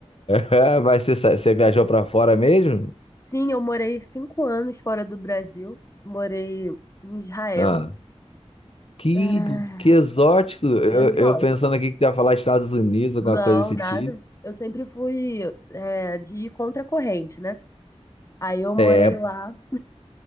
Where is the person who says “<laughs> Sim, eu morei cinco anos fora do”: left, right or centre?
Left